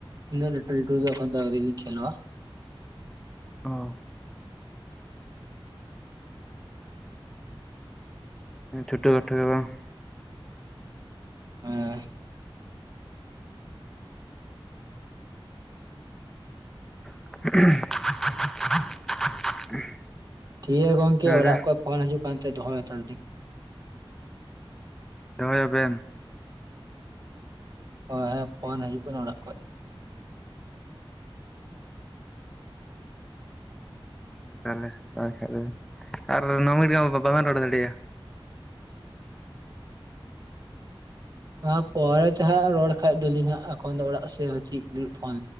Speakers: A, on the right (about 45°); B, in the centre.
A: ᱤᱱᱟ ᱞᱟᱹᱴᱩ ᱞᱟᱹᱴᱩ ᱫᱚ ᱡᱚᱠᱷᱚᱱ ᱫᱚ ᱟᱹᱣᱨᱤ ᱞᱤᱧ ᱠᱷᱮᱹᱞᱳᱜᱼᱟ
B: ᱚ ᱪᱷᱩᱴᱟᱹ ᱠᱷᱟᱴᱚ ᱫᱚ ᱵᱟᱝ
A: ᱦᱮᱸ
B: <unintelligible> <unintelligible>
A: ᱴᱷᱤᱠ ᱜᱮᱭᱟ ᱜᱚᱝᱠᱮ
B: ᱛᱟᱦᱚᱞᱮ
A: ᱚᱲᱟᱜ ᱠᱷᱚᱱ ᱯᱷᱳᱱ ᱦᱤᱡᱩᱜ ᱠᱟᱱᱛᱮ ᱫᱚᱦᱚᱭ ᱦᱟᱛᱟᱲ ᱫᱟᱹᱧ
B: ᱫᱚᱦᱚᱭᱟᱵᱮᱱ
A: ᱦᱳᱭ ᱦᱮᱸ ᱯᱷᱳᱱ ᱦᱤᱡᱩᱜ ᱠᱟᱱᱟ ᱚᱲᱟᱜ ᱠᱷᱚᱡ
B: ᱛᱟᱦᱟᱞᱮ <unintelligible> ᱟᱨ ᱱᱚ ᱢᱤᱱᱤᱴ ᱜᱟᱱ ᱫᱚ ᱵᱟᱵᱮᱱ ᱨᱚᱲ ᱫᱟᱲᱮᱭᱟᱜᱼᱟ᱾
A: ᱟᱨ ᱯᱚᱨᱮ ᱛᱮ ᱦᱟᱸᱜ ᱨᱚᱲ ᱠᱷᱟᱡ ᱫᱚᱞᱤᱧ ᱦᱟᱸᱜ ᱮᱠᱷᱚᱱ ᱫᱚ ᱚᱲᱟᱜ ᱥᱮᱫ ᱪᱮ ᱯᱷᱳᱱ